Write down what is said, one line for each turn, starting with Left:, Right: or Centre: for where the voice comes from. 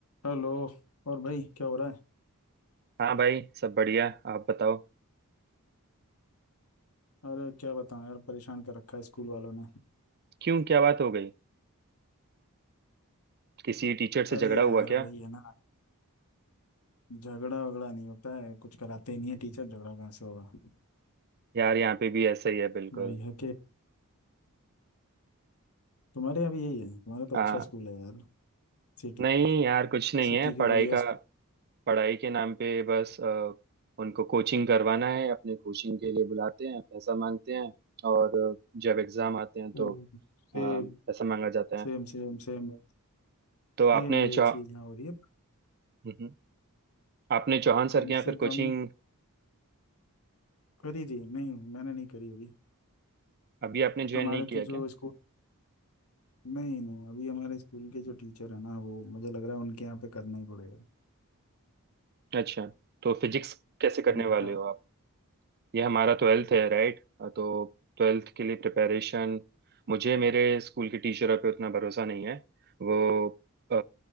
Left: Hello और भाई क्या हो रहा है
Right: हाँ भाई सब बढ़िया आप बताओ
Left: अरे क्या बताऊं यार परेशान कर रखा है स्कूल वालों ने
Right: क्यों क्या बात हो गई किसी टीचर से
Left: अरे
Right: झगड़ा हुआ
Left: यार
Right: क्या
Left: वही है ना झगड़ा वगड़ा नहीं होता है कुछ कराते ही नहीं है टीचर झगड़ा कहाँ से होगा
Right: यार यहाँ पे भी ऐसा ही है बिल्कुल
Left: वही है कि तुम्हारे यहाँ भी यही है तुम्हारा तो
Right: हाँ
Left: अच्छा स्कूल है यार सिटी
Right: नहीं यार कुछ नहीं
Left: सिटी
Right: है
Left: के
Right: पढ़ाई
Left: बढ़िया
Right: का पढ़ाई के नाम पे बस अ, उनको कोचिंग करवाना है अपने कोचिंग के लिए बुलाते हैं पैसा मांगते हैं और अ, जब एग्जाम आते हैं
Left: school
Right: तो अ,
Left: Same
Right: पैसा मांगा जाता है
Left: same same Same
Right: तो
Left: same
Right: आपने
Left: यही
Right: चौ
Left: चीज़ यहाँ हो रही है
Right: हम्म, आपने चौहान
Left: कम
Right: सर के यहाँ
Left: से
Right: फिर कोचिंग
Left: कम करी थी नहीं मैंने नहीं करी अभी
Right: अभी आपने ज्वाइन
Left: हमारे
Right: नहीं किया
Left: तो जो
Right: क्या
Left: स्कूल नहीं नहीं अभी हमारे स्कूल के जो टीचर है ना वो मुझे लग रहा है उनके यहाँ पे करना ही पड़ेगा
Right: अच्छा तो फिजिक्स कैसे करने
Left: उनका
Right: वाले हो आप ये हमारा ट्वेल्थ है राइट तो ट्वेल्थ के लिए प्रिपरेशन मुझे मेरे स्कूल के टीचरों पे उतना भरोसा नहीं है वो अ,